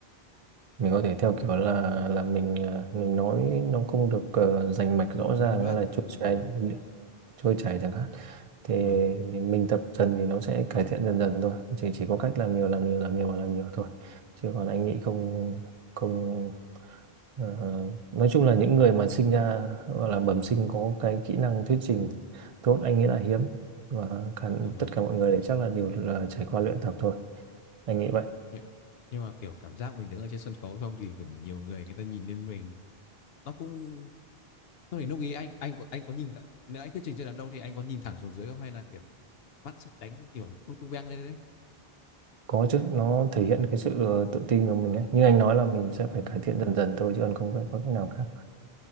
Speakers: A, on the right (about 45°); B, on the left (about 75°).
A: mình có thể theo kiểu là là mình ờ, mình nói nó không được uh, rành mạch rõ
B: lưu
A: ràng
B: loát
A: hay là trôi
B: à,
A: chảy
B: dạ vâng
A: trôi chảy chẳng hạn thì
B: dạ vâng
A: mình tập dần thì nó sẽ cải thiện dần dần thôi chỉ chỉ có cách làm nhiều làm nhiều làm nhiều và làm nhiều thôi chứ còn anh
B: ờ,
A: nghĩ không không ờ, nói chung là những người mà sinh ra gọi là bẩm sinh có cái kỹ năng thuyết trình tốt anh nghĩ là hiếm và cả
B: dạ vâng
A: tất cả mọi người chắc là đều là trải qua luyện tập thôi anh nghĩ vậy
B: nhưng, nhưng mà kiểu cảm giác mình đứng ở trên sân khấu xong thì kiểu nhiều người người ta nhìn lên mình nó cũng lúc này lúc ý anh anh có anh có nhìn thẳng- nếu anh thuyết trình trên đám đông thì anh có nhìn thẳng xuống dưới không hay là kiểu mắt sắp đánh kiểu lung tung beng lên đấy
A: có chứ nó thể hiện cái sự ờ, tự tin của mình ấy. như anh nói là mình sẽ
B: à,
A: phải cải thiện dần dần thôi chứ còn không phải có cách nào khác